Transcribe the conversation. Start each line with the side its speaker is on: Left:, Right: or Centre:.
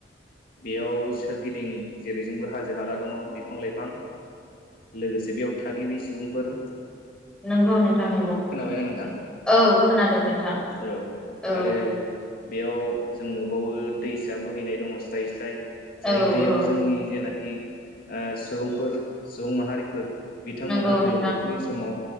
Left: बेयाव सोरगिदिं जेरैजोंबो हाजो हाला दङ बिफां-लाइफां लोगोसे बेयाव थागिबि सुबुंफोर
Centre: नंगौ नोंथां नंगौ
Left: खोनाबायना नोंथां
Centre: औ खोनादों नोंथां।
Left: औ
Centre: औ
Left: आरो बेयाव जों नुबावो दैसा बोहैनाय दङ स्राय स्राय
Centre: औ
Left: जाय दैयाव
Centre: औ
Left: जोंनि जेनाखि ओ सुबुंफोर सुबुं माहारिफोर बिथांमोना
Centre: नंगौ
Left: गोलोम
Centre: नोंथां
Left: बोथोरनि समाव